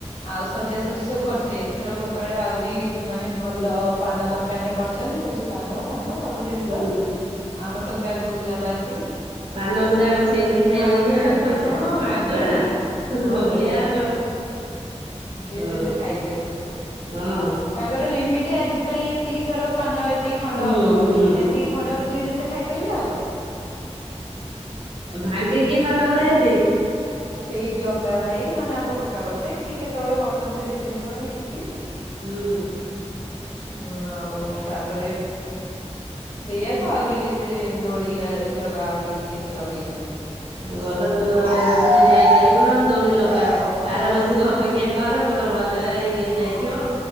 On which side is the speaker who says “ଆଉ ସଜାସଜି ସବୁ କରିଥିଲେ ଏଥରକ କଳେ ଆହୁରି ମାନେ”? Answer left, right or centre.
Left